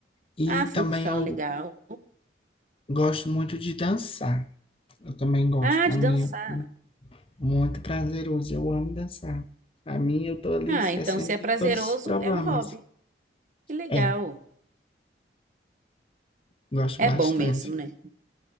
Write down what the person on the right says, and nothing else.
Ah, futsal,
legal.
Ah,
de
dançar.
Ah,
então se é
prazeroso,
é um hobby. Que legal.
É
bom mesmo, né?